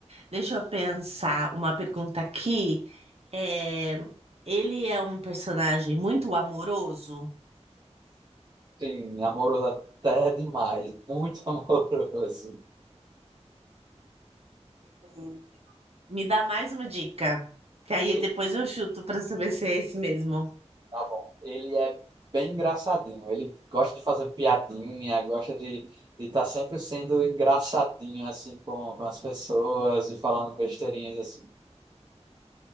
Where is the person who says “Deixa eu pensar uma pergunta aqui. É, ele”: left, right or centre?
Right